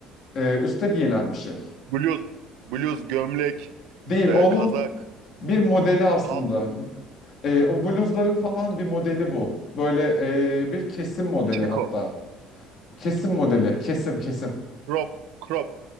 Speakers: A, on the left (about 45°); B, on the right (about 85°).
A: ee, üste giyilen bir şey.
B: Bluz, bluz, gömlek,
A: Değil,
B: e,
A: onun
B: kazak,
A: bir modeli aslında.
B: palto,
A: E, o bluzların falan bir modeli bu. Böyle e, bir kesim modeli
B: triko,
A: hatta. Kesim modeli, kesim, kesim.
B: crop, crop.